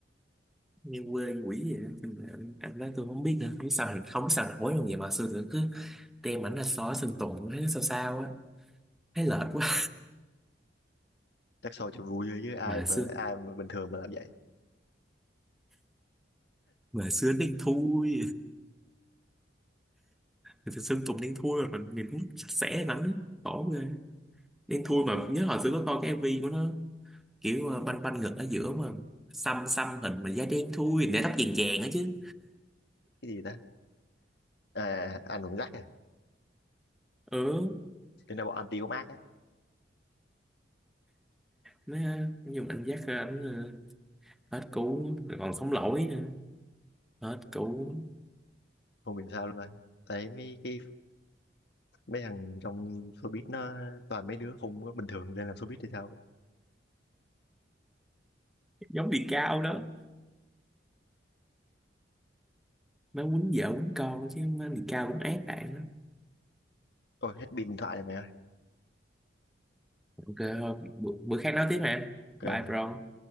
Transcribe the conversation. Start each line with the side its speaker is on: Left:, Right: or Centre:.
Centre: nghe quê như quỷ vậy đó nhưng mà anh đó tôi không biết nữa không biết sao không biết sao nổi luôn vậy mà xưa tôi cứ đem ảnh ra xó Sơn Tùng thấy nó sao sao á thấy lệch quá
Left: chắc show cho vui thôi chứ ai
Centre: mà xưa
Left: mà ai mà bình thường mà làm vậy
Centre: mà xưa đen thui Thì Sơn Tùng đen thui mà mình nhìn cũng sạch sẽ lắm á khổ ghê đen thui mà nhớ hồi xưa có coi cái MV của nó kiểu ờ, banh banh ngực ở giữa mà xăm xăm hình mà da đen thui để tóc vàng vàng á chứ
Left: cái gì ta à anh còn rắc à
Centre: ừ
Left: tính ra bọn anti của Mark á
Centre: nó dùng anh dắt ra anh ờ, hết cũ rồi còn sống lỗi nữa hết cũ
Left: không hiểu sao luôn rồi thấy mấy cái mấy thằng trong showbiz nó toàn mấy đứa không có bình thường lên làm showbiz thì sao á.
Centre: giống bị cao đó nó quýnh vợ quýnh con chứ nó bị cao cũng ác bạn đó
Left: ôi hết pin điện thoại này mày ơi
Centre: ok thôi bữa, bữa khác nói tiếp nè
Left: kệ
Centre: bye
Left: mày
Centre: bro